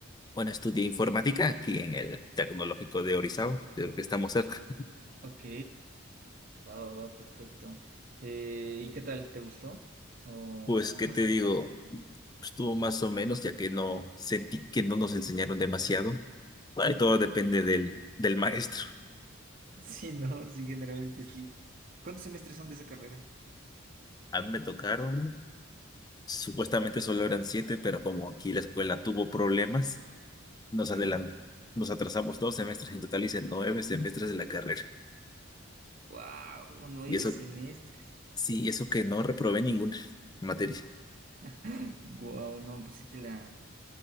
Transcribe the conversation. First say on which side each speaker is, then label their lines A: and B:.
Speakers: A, on the left; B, on the right.
A: Bueno, estudié informática aquí en el Tecnológico de Orizaba, creo que estamos cerca.
B: Ok, va, va, va, perfecto. Eh, ¿y qué tal? ¿Te gustó? O
A: Pues, ¿qué
B: más
A: te
B: o menos.
A: digo?
B: <laughs>
A: Pues, Estuvo más o menos, ya que no sentí que no nos enseñaron demasiado. Ahí todo depende del, del maestro.
B: Sí, no, sí, generalmente sí. ¿Cuántos semestres son de esa carrera?
A: A mí me tocaron, supuestamente solo eran siete, pero como aquí la escuela tuvo problemas, nos
B: Ok.
A: adelan- nos atrasamos dos semestres, en total hice nueve semestres de la carrera.
B: Wow, nueve
A: Y eso,
B: semestres.
A: sí, eso que no reprobé ninguna materia.
B: <laughs> Wow, no, pues sí te la,